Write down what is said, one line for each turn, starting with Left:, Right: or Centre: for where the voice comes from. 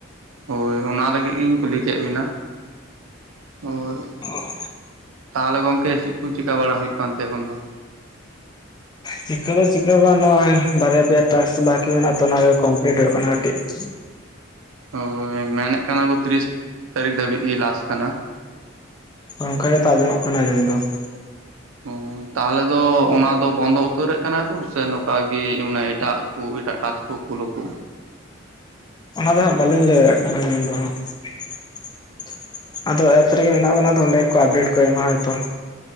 Right: ᱦᱳᱭ ᱚᱱᱟ ᱞᱟᱹᱜᱤᱫ ᱜᱤᱧ ᱠᱩᱞᱤ ᱠᱮᱫ ᱵᱤᱱᱟ, ᱦᱳᱭ ᱾
Left: ᱚ ᱾
Right: ᱛᱟᱦᱚᱞᱮ ᱜᱚᱝᱠᱮ ᱪᱤᱫ ᱠᱩ ᱪᱮᱠᱟ ᱵᱟᱲᱟ ᱦᱩᱭᱩᱜ ᱠᱟᱱ ᱛᱮ ᱮᱠᱷᱚᱱ ᱫᱚ?
Left: ᱪᱤᱠᱟᱹ ᱫᱚ ᱪᱤᱠᱟᱹ ᱦᱚ ᱵᱟ ᱱᱚᱜᱼᱚᱭ ᱵᱟᱨᱮᱭᱟ ᱯᱮᱭᱟ ᱴᱟᱠᱥ ᱵᱟᱠᱤ ᱢᱮᱱᱟᱜᱼᱟ ᱛᱚ ᱚᱱᱟ ᱠᱚᱢᱯᱤᱞᱤᱴ ᱦᱩᱭᱩᱜ ᱠᱟᱱᱟ ᱠᱟᱹᱴᱤᱜ ᱾
Right: ᱦᱳᱭ ᱢᱮᱱᱮᱜ ᱠᱟᱱᱟ ᱠᱚ ᱛᱤᱨᱤᱥ ᱛᱟᱹᱨᱤᱠᱷ ᱫᱷᱟᱹᱵᱤᱡ ᱜᱮ ᱞᱟᱥ ᱠᱟᱱᱟ ᱾
Left: ᱚᱝᱠᱟ ᱜᱮᱛᱚ ᱟᱸᱡᱚᱢᱚᱜ ᱠᱟᱱᱟ ᱟᱸᱡᱚᱢ ᱫᱚ ᱾
Right: ᱦᱳᱻ ᱛᱟᱦᱚᱞᱮ ᱫᱚ ᱚᱱᱟ ᱫᱚ ᱵᱚᱱᱫᱚ ᱩᱛᱟᱹᱨᱮᱜ ᱠᱟᱱᱟ ᱠᱚ ᱥᱮ ᱱᱚᱠᱟ ᱜᱮ ᱢᱟᱱᱮ ᱮᱴᱟᱜ ᱠᱩ ᱮᱴᱟᱜ ᱴᱟᱠᱥ ᱠᱚ ᱠᱩᱞᱟᱹ ᱠᱩ!
Left: ᱚᱱᱟ ᱫᱚ ᱦᱟᱸᱜ ᱵᱟᱹᱞᱤᱧ ᱞᱟᱹᱭ ᱫᱟᱲᱮᱭᱟᱜ ᱠᱟᱱᱟ ᱟᱹᱞᱤᱧ ᱫᱚ ᱦᱟᱸᱜ ᱾ ᱟᱫᱚ ᱮᱯᱥ ᱨᱮᱜᱮ ᱢᱮᱱᱟᱜ ᱵᱚᱱᱟ ᱛᱚ ᱚᱸᱰᱮ ᱜᱮᱠᱚ ᱟᱯᱰᱮᱴ ᱠᱚ ᱮᱢᱟ ᱦᱳᱭᱛᱳ ᱾